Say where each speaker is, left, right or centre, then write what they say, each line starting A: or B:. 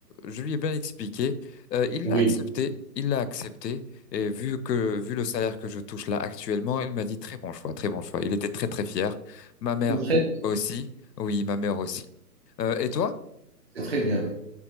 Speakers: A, on the left (about 75°); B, on the right (about 40°).
A: je lui ai bien expliqué. Euh, il
B: oui,
A: l'a accepté. Il l'a accepté. Et vu que, vu le salaire que je touche là actuellement, il m'a dit très bon choix, très bon choix. Il était très très fier. Ma mère
B: c'est très
A: aussi. Oui, ma mère aussi. Euh, et toi?
B: c'est très bien.